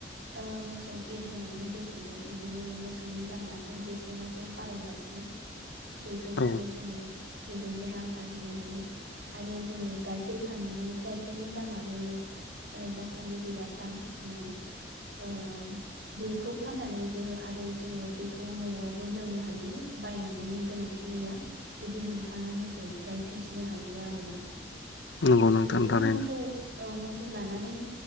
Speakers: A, on the right; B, on the left.
A: ओ मोसौ एरहोनायनि गेजेरजों बिदिनो मोसौनि दामाथ' बेसेनाथ' बारायगासिनो बेफोरखौबो
B: औ
A: जोङो बेजोंबो रां आरजिनो हायो आरो जोङो गाइखेर फान- नानै गाइखेरनि दामाबो ओ दासान्दि बिराद दाम माने ओ बेखौ फाननानैबो जोङो बेखौ न'आवबो लोंनो हायो बायनां- गौनि गोनांथि गैया जुदि नोंथाङा मोसौ गाय फिसिनो हायोबा आरोना
B: नंगौ नोंथां
A: बिदिनो
B: थारैनो
A: मोसौ औ मोसौ लानानै